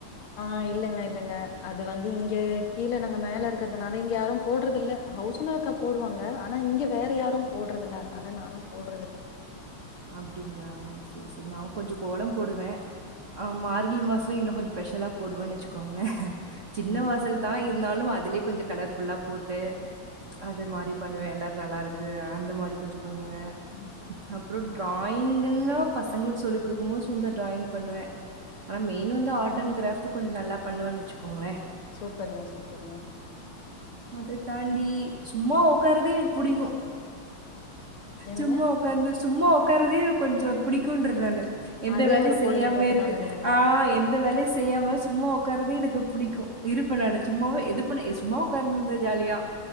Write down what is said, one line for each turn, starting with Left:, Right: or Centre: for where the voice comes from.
Left: ஆ இல்லங்க இல்லங்க அது வந்து இங்க கீழ நாங்க மேல இருக்கறதுனால இங்க யாரு போட்றது இல்ல ஹவுஸ் ஓனர் அக்கா போடுவாங்க ஆனா இங்கே வேற யாரு போட்றதில்ல அதனால நானு போட்றதில்ல
Right: அப்டிங்ளா சேர் சேர் நா கொஞ்ச கோலம் போடுவே ஆ மார்கழி மாசோ இன்னு கொஞ்சோ ஸ்பெஷலா போடுவேன்னு வச்சுக்கோங்ளே சின்ன
Left: ம்
Right: வாசல் தா இருந்தாலு அதுலே கொஞ்ச கலர்ஃபுல்லா போட்டு அது மாரி பண்ணுவ எல்லாரு நல்லா இருக்கு அந்த மாரி கொஞ்ச பண்ணுவே
Left: ம்
Right: அப்றோ ட்ராயிங்கன்னா பசங்ளுக்கு சொல்லிக் குடுக்கும் போது கொஞ்ச டிராயிங் பண்ணுவே ஆனா மெயின் வந்து ஆட் அண்ட் கிராப்ட் கொஞ்ச நல்ல பண்ணுவேன் வச்சுகோங்ளே
Left: சூப்பருங்க சூப்பருங்க
Right: அத தாண்டி சும்மா உக்காரதே எனக்கு புடிக்கு
Left: என்னங்க
Right: சும்மா உக்காந்து சும்மா உக்கறதே கொஞ்சோ புடிக்குன்ற நானு எந்த
Left: அதே
Right: வேலையு
Left: ஒரு
Right: செய்யாமே
Left: பொழுதுபோக்குதாங்கறீங்களா
Right: இருக்கு ஆ எந்த வேலையு செய் செய்யாமா சும்மா உக்காறதே எனக்கு புடிக்கு இருப்ப நானு சும்மாவே எது பண்ண சும்மா உட்காந்து இருந்த ஜாலியா